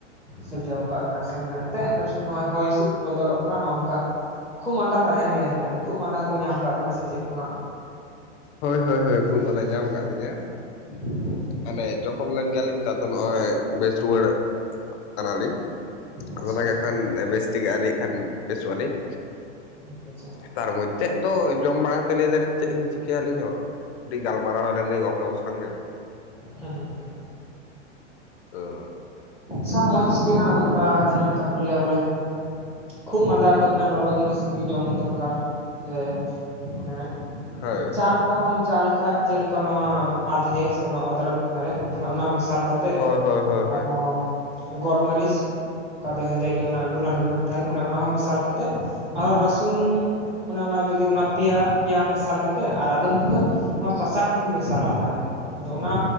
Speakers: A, in the centre; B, on the left.
A: ᱥᱤᱨᱡᱟᱣ ᱟᱠᱟᱫ ᱵᱮᱱᱟ ᱥᱮ ᱮᱱᱛᱮᱫ ᱱᱚᱜ ᱦᱚᱭ ᱦᱤᱸᱥᱤᱫ ᱵᱚᱫᱚᱞᱚᱜ ᱠᱟᱱᱟ ᱱᱚᱭ ᱱᱚᱝᱠᱟ᱾ ᱠᱷᱩᱜ ᱢᱟᱸᱫᱟ ᱛᱟᱦᱮᱱ ᱜᱮᱭᱟ ᱦᱟᱱᱤᱡ ᱠᱷᱩᱜ ᱢᱟᱸᱫᱟ ᱠᱚ ᱧᱟᱢ ᱟᱠᱟᱫ ᱵᱮᱱᱟ ᱥᱮ ᱪᱮᱫ ᱦᱟᱸᱜ?
B: ᱦᱳᱭ ᱦᱳᱭ ᱦᱳᱭ ᱠᱷᱩᱜ ᱢᱟᱸᱫᱟ ᱧᱟᱢ ᱟᱠᱟᱫ ᱞᱤᱧᱟᱹ᱾
A: ᱟᱪᱪᱷᱟ
B: ᱢᱟᱱᱮ ᱡᱚᱠᱷᱚᱢ ᱞᱮᱱ ᱜᱮᱭᱟᱞᱤᱧ ᱛᱟᱫᱚ ᱱᱚᱜᱼᱚᱭ ᱵᱮᱥ ᱨᱩᱣᱟᱹᱲ ᱠᱟᱱᱟᱞᱤᱧ
A: ᱟᱪᱪᱷᱟ
B: ᱚᱱᱟᱜᱮ
A: ᱟᱪᱪᱷᱟ
B: ᱮᱠᱷᱟᱱ ᱵᱮᱥ ᱛᱮᱜᱮ ᱟᱹᱨᱤ ᱠᱷᱟᱱ ᱵᱮᱥᱚᱜᱼᱟᱹᱞᱤᱧ
A: <unintelligible>
B: ᱛᱟᱨ ᱢᱚᱫᱽᱫᱷᱮ ᱫᱚ ᱡᱚᱢ ᱵᱟᱲᱟ ᱛᱮᱞᱮ ᱞᱟᱹᱭ ᱫᱟᱞᱤᱧ ᱪᱮᱫ ᱮᱢ ᱪᱤᱠᱟᱹ ᱠᱮᱭᱟ ᱟᱹᱞᱤᱧ ᱦᱚᱸ ᱴᱤ ᱜᱟᱞᱢᱟᱨᱟᱣ ᱞᱮᱱᱜᱮ ᱜᱚᱝᱠᱮ ᱠᱚ ᱥᱚᱝᱜᱮ
A: ᱦᱟᱸᱻᱦᱩᱸ
B: ᱚᱻ
A: ᱟᱪᱪᱷᱟ ᱢᱚᱡᱽ ᱜᱮ ᱦᱟᱸᱜ ᱱᱚᱝᱠᱟ ᱡᱮᱞᱮᱠᱟ ᱠᱚ ᱞᱟᱹᱭᱟ ᱵᱚᱞᱮ ᱾ ᱠᱷᱩᱜ ᱢᱟᱸᱫᱟ ᱨᱮᱫᱚ ᱢᱟᱱᱮ ᱞᱚᱞᱚ ᱡᱤᱱᱤᱥ ᱜᱮ ᱡᱚᱢ ᱫᱚᱨᱠᱟᱨ ᱡᱮ ᱢᱟᱱᱮ
B: ᱦᱳᱭ
A: ᱪᱟ ᱞᱮᱠᱟ ᱦᱚᱢ ᱪᱟ ᱞᱮ ᱠᱷᱟᱡ ᱡᱮᱞᱮᱠᱟ ᱱᱚᱣᱟ ᱟᱫᱷᱮ ᱥᱮ ᱚᱱᱟ ᱚᱫᱨᱮᱠ ᱠᱚ ᱢᱮᱱᱮᱫ ᱚᱱᱮ ᱚᱱᱟ ᱢᱮᱥᱟᱞ ᱠᱟ ᱛᱮ
B: ᱦᱳᱭ ᱦᱳᱭ ᱦᱳᱭ ᱦᱳᱭ
A: ᱟᱨᱦᱚᱸ ᱜᱳᱞᱢᱟᱹᱨᱤᱪ ᱚᱠᱟ ᱫᱚ ᱦᱮᱸᱫᱮ ᱜᱮ ᱚᱱᱟ ᱜᱳᱞᱟᱱᱰ ᱜᱳ ᱛᱟᱦᱮᱱ ᱚᱱᱮ ᱚᱱᱟ ᱦᱚᱸ ᱢᱮᱥᱟᱞ ᱠᱟᱛᱮᱫ ᱟᱨᱚ ᱨᱟᱹᱥᱩᱱ ᱚᱱᱮ ᱚᱱᱟ ᱡᱩᱫᱤ ᱚᱱᱟ ᱯᱮᱭᱟ ᱯᱮᱭᱟ ᱢᱮᱥᱟᱞ ᱠᱟᱛᱮᱫ ᱟᱨ ᱟᱫᱚᱢ ᱠᱚ ᱫᱚ ᱱᱚᱣᱟ ᱥᱟᱥᱟᱝ ᱦᱚᱸᱠᱚ ᱢᱮᱥᱟᱞᱟ ᱚᱱᱟᱨᱮ, ᱟᱫᱚ ᱚᱱᱟ